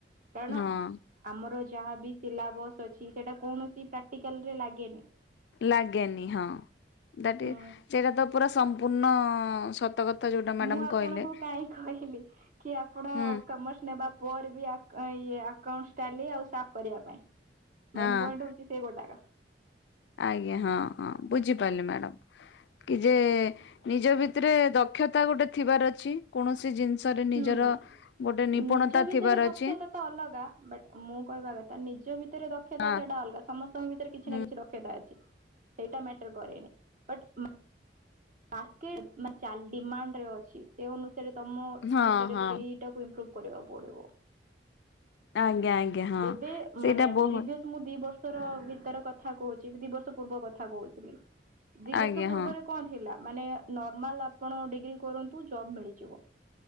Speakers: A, on the right (about 45°); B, on the left (about 70°).
A: କାରଣ
B: ହଁ
A: ଆମର ଯାହାବି ସିଲାବସ୍ ଅଛି ସେଇଟା କୌଣସି ପ୍ରାକ୍ଟିକାଲ୍ ରେ ଲାଗେନି।
B: ଲାଗେନି ହଁ, ଦାଟି
A: ହୁଁ
B: ସେଇଟା ତ ପୁରା ସମ୍ପୂର୍ଣ୍ଣ ସତ କଥା ଯୋଉଟା ମ୍ୟାଡାମ
A: ମୁଁ ଆପଣଙ୍କୁ
B: କହିଲେ।
A: କାହିଁ କହିଲି କି ଆପଣ
B: ହୁଁ
A: କମର୍ସ ନେବା ପରେ ବି ଆକା ଇଏ ଆକାଉନ୍ ଷ୍ଟାଲି ଆଉ ସାଫ୍ କରିବା ପାଇଁ।
B: ହଁ
A: ମେନ୍ ପଏଣ୍ଟ ହଉଛି ସେ ଗୋଟାକ।
B: ଆଜ୍ଞା ହଁ ହଁ ବୁଝିପାରିଲି ମ୍ୟାଡ଼ାମ୍। କି ଯେ ନିଜ ଭିତରେ ଦକ୍ଷତା ଗୋଟେ ଥିବାର ଅଛି। କୌଣସି ଜିନିଷରେ ନିଜର
A: ହୁଁ।
B: ଗୋଟେ ନିପୁଣତା
A: ନିଜ ଭିତରେ
B: ଥିବାର
A: ଦକ୍ଷତା
B: ଅଛି।
A: ତ ଅଲଗା ବଟ୍ ମୁଁ କହିବା କଥା ନିଜ ଭିତରେ ଦକ୍ଷତା
B: ହଁ
A: ସେଇଟା ଅଲଗା ସମସ୍ତଙ୍କ ଭିତରେ କିଛି
B: ହୁଁ
A: ନା କିଛି ଦ କ୍ଷତା ଅଛି ସେଇଟା ମେଟର୍ କରେନି ବଟ୍ ଉଁ ମାର୍କେଟ ମା ଚାଲି ଡିମାଣ୍ଡରେ ଅଛି ସେ ଅନୁସାରେ ତମ
B: ହଁ
A: ଭିତରେ
B: ହଁ
A: ସେଇ ଟାକୁ ଇମ୍ପ୍ରୋଭ କରିବାକୁ ପଡ଼ିବ।
B: ଆଜ୍ଞା ଆଜ୍ଞା ହଁ।
A: ଏବେ
B: ସେଇଟା
A: ମାନେ
B: ବହୁତ
A: ପ୍ରିଭିୟସ୍ ମୁଁ ଦି ବର୍ଷର ଭିତର କଥା କହୁଚି, ଦି ବର୍ଷ ପୂର୍ବ କଥା କହୁଥିବି ଦି ବର୍ଷ
B: ଆଜ୍ଞା
A: ପୂର୍ବରେ
B: ହଁ
A: କଣ ଥିଲା? ମାନେ ନର୍ମାଲ ଆପଣ ଡିଗ୍ରୀ କରନ୍ତୁ ଜବ୍ ମିଳିଯିବ।